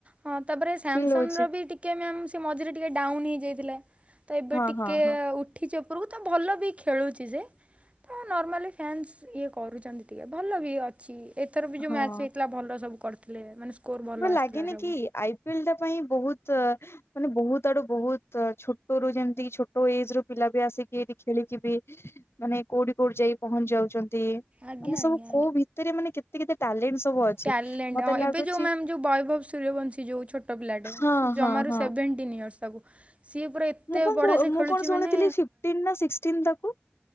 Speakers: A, on the right; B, on the left.
A: ହଁ ତାପରେ ସାମସଙ୍ଗ୍
B: ଫିଲ୍ ହଉଛି
A: ର ବି ଟିକେ ମ୍ୟାମ୍ ସେ ମଝିରେ ଟିକେ ଡାଉନ୍ ହେଇଯାଇଥିଲା। ତ ଏବେ
B: ହଁ
A: ଟିକେ
B: ହଁ ହଁ
A: ଉଠିଛି ଉପରକୁ ତ ଭଲ ବି ଖେଳୁଛି ସେ। ହଁ ନର୍ମାଲି ଫ୍ୟାନ୍ସ୍ ଇଏ କରୁଛନ୍ତି ଟିକେ ଭଲ ବି ଅଛି। ଏଥର ବି ଯୋଉ
B: ହଁ।
A: ମ୍ୟାଚ୍ ହେଇଥିଲା ଭଲ ସବୁ କରିଥିଲେ ମାନେ ସ୍କୋର ଭଲ
B: ଏବେ ଲାଗେନି
A: ଆସିଥିଲା ସବୁ।
B: କି ଆଇପିଏଲ ଟା ପାଇଁ ବହୁତ ମାନେ ବହୁତ ଆଡୁ ବହୁତ ଛୋଟ ରୁ ଯେମିତି ଛୋଟ ଏଜ ରୁ ପିଲା ବି ଆସିକି ଏଠି ଖେଳିକି ବି ମାନେ କୋଉଠି କୋଉଠି ଯାଇ ପହଞ୍ଚି ଯାଉଛନ୍ତି।
A: ଆଜ୍ଞା
B: ମାନେ
A: ଆଜ୍ଞା
B: ସବୁ କୋଉ ଭିତରେ ମାନେ କେତେ କେତେ ଟ୍ୟାଲେଣ୍ଟ ସବୁ ଅଛି।
A: ଟ୍ୟାଲେଣ୍ଟଁ
B: ମତେ
A: ହଁ
B: ଲାଗୁଛି
A: ଏବେ ଯୋଉ ମ୍ୟାମ ଯେଉଁ ବୈଭବ ସୂର୍ଯ୍ୟବଂଶୀ ଯେଉଁ ଛୋଟ ପିଲାଟେ
B: ହଁ
A: ଜମାରୁ
B: ହଁ ହଁ
A: ସେଭେଣ୍ଟିନ୍ ଇୟର୍ସ ତାକୁ ସିଏ ପୁରା ଏତେ
B: ମୁଁ କଣ
A: ବଢ଼ିଆ ସେ
B: ମୁଁ
A: ଖେଳୁଛି
B: କଣ ଶୁଣିଥିଲି
A: ମାନେ
B: ଫିପଟିନ ନା ସିକ୍ସଟିନ ତାକୁ।